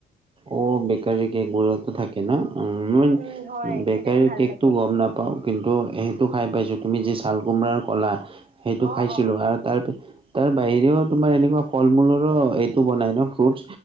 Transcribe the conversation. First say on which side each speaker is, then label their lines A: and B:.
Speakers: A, on the right; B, on the right.
A: অ, বেকাৰি কেক গো থাকে ন ম
B: উম উম হয়
A: বেকাৰিৰ
B: সেইকাৰণে ভাল
A: কেক
B: লাগে
A: তো গম নাপ পাওঁ কিন্তু সেইটো খাই পাইছোঁ তুমি যি ছাল কোমোৰাৰ ক'লা সেইটো
B: অঁ
A: খাইছিলোঁ
B: অঁ
A: আৰু তাৰ তাৰ বাহিৰেও তোমাৰ এনেকুৱা ফল মূলৰো এইটো বনাই ন ফ্ৰুটচ।